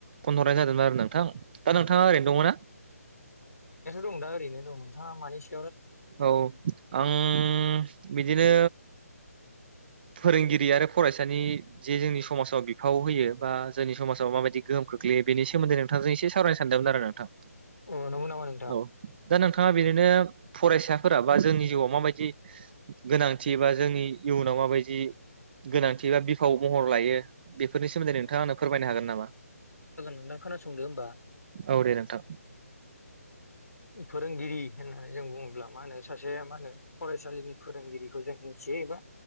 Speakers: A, on the right; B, on the left.
A: फन हरनाय जादोंमोन आरो नोंथां दा नोंथाङा
B: औ दंनायाथ'
A: ओरैनो दङना
B: दं दा ओरैनो दं नोंथाङा मानि सा
A: औ आं बि दिनो फोरोंगिरि आरो फरायसानि जे जोंनि समाजाव बिफाव होयो बा जोंनि समाजाव माबायदि गोहोम खोख्लैयो बेनि सोमोन्दै नोंथांजों एसे सावरायनो सानदोंमोन आरो नोंथां
B: अ नंगौ नामा नोंथां
A: औ दा नोंथाङा बेनिनो फरायसाफोरा बा जोंनि जिउआव माबायदि गोनांथि एबा जोंनि इयुनाव माबायदि
B: औ जागोन
A: गोनांथि बा बिफाव महर लायो बेफोरनि सोमोन्दै नोंथाङा आंनो फोरमायनो हागोन नामा?
B: नोंथां खोनासंदो होमबा।
A: औ दे नोंथां।
B: फोरोंगिरि होननानै जों बु ङोब्ला मा होनो सासे मा होनो फरायसालिनि फोरोंगिरिखौ जों साया एबा